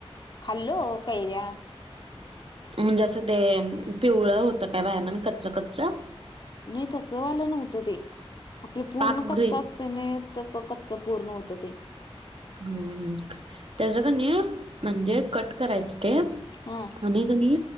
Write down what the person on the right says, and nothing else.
म्हणजे असं ते पिवळं होतं का बाहेरनं कच कच?
पाक
ग्रीन
हम्म हम्म. त्याच का नाही म्हणजे कट करायचं ते
आणि कणी